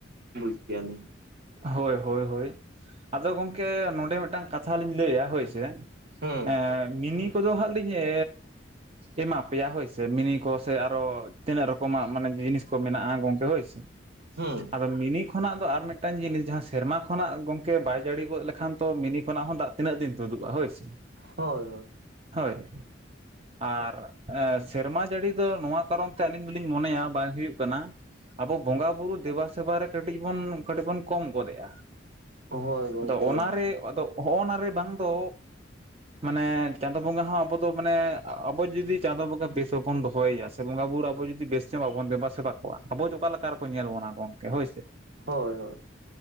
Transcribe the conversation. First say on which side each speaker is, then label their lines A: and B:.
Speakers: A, on the right; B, on the right.
A: ᱵᱩᱡ ᱠᱮᱭᱟᱞᱤᱧ ᱾
B: ᱦᱳᱭ ᱦᱳᱭ ᱦᱳᱭ ᱾ ᱟᱫᱚ ᱜᱚᱢᱠᱮ ᱱᱚᱰᱮ ᱢᱮᱜᱴᱟᱝ ᱠᱟᱛᱷᱟ ᱞᱤᱧ ᱞᱟᱹᱭᱟ ᱦᱳᱭ ᱥᱮ ᱾
A: ᱦᱩᱸ
B: ᱮ ᱢᱤᱱᱤ ᱠᱚᱫᱚ ᱦᱟᱸᱜ ᱞᱤᱧ ᱮᱻ ᱮᱢᱟ ᱯᱮᱭᱟ ᱦᱳᱭᱥᱮ ᱾ ᱢᱤᱱᱤ ᱠᱚ ᱥᱮ ᱟᱨᱚ ᱛᱤᱱᱟᱹᱜ ᱨᱚᱠᱚᱢᱟᱜ ᱢᱟᱱᱮ ᱡᱤᱱᱤᱥ ᱠᱚ ᱢᱮᱱᱟᱜ-ᱟ ᱜᱚᱝᱠᱮ ᱦᱳᱭ ᱥᱮ ᱾
A: ᱦᱩᱸ
B: <inaudible> ᱟᱫᱚ ᱢᱤᱱᱤ ᱠᱷᱚᱱᱟᱜ ᱫᱚ ᱟᱨ ᱢᱮᱫ ᱴᱟᱝ ᱡᱤᱱᱤᱥ ᱡᱟᱦᱟᱸ ᱥᱮᱨᱢᱟ ᱠᱷᱚᱱᱟᱜ ᱜᱚᱝᱠᱮ ᱵᱟᱭ ᱡᱟᱹᱲᱤ ᱜᱚᱫ ᱞᱮᱠᱷᱟᱱ ᱛᱚ ᱢᱤᱱᱤ ᱠᱷᱚᱱᱟᱜ ᱦᱚᱸ ᱫᱟᱜ ᱛᱤᱱᱟᱹᱜ ᱫᱤᱱ ᱛᱩᱫᱩᱜ-ᱟ ᱦᱳᱭ ᱥ ᱮ ᱾
A: ᱦᱳᱭ ᱦᱳᱭ ᱾
B: ᱦᱳᱭ ᱾ ᱟᱨ ᱮ ᱥᱮᱨᱢᱟ ᱡᱟᱹᱲᱤ ᱫᱚ ᱱᱚᱣᱟ ᱠᱟᱨᱚᱱ ᱛᱮ ᱟᱹᱞᱤᱧ ᱫᱚᱞᱤᱧ ᱢᱚᱱᱮᱭᱟ ᱵᱟᱭ ᱦᱩᱭᱩᱜ ᱠᱟᱱᱟ, ᱟᱵᱚ ᱵᱚᱸᱜᱟ ᱵᱩᱨᱩ ᱫᱮᱵᱟ ᱥᱮᱵᱟ ᱨᱮ ᱠᱟᱹᱴᱤᱡ ᱵᱚᱱ ᱠᱟᱹᱴᱤᱡ ᱵᱚᱱ ᱠᱚᱢ ᱜᱚᱫᱮᱜ-ᱟ ᱾
A: ᱦᱳᱭ ᱜᱚᱝᱠᱮ
B: <inaudible> ᱟᱫᱚ ᱚᱱᱟᱨᱮ ᱟᱫᱚ ᱦᱚᱜ-ᱱᱟ ᱨᱮ ᱵᱟᱝ ᱫᱚ ᱢᱟᱱᱮ ᱪᱟᱸᱫᱳ ᱵᱚᱸᱜᱟ ᱦᱚᱸ ᱟᱵᱚ ᱫᱚ ᱢᱟᱱᱮ ᱟᱵᱚ ᱡᱩᱫᱤ ᱪᱟᱸᱫᱳ ᱵᱚᱸᱜᱟ ᱵᱮᱥ ᱵ ᱵᱚᱱ ᱫᱚᱦᱚᱭᱮᱭᱟ ᱥᱮ ᱵᱚᱸᱜᱟ ᱵᱩᱨ ᱟᱵᱚ ᱡᱩᱫᱤ ᱵᱮᱥ ᱧᱚᱸᱜ ᱵᱟᱵᱚᱱ ᱫᱮᱵᱟ ᱥᱮᱵᱟ ᱠᱚᱣᱟ, ᱟᱵᱚ ᱫᱚ ᱚᱠᱟ ᱞᱮᱠᱟ ᱨᱮᱠᱚ ᱧᱮᱞ ᱵᱚᱱᱟ ᱜᱚᱝᱠᱮ ᱦᱳᱭ ᱥᱮ ᱾
A: ᱦᱳᱭ ᱦᱳᱭ ᱾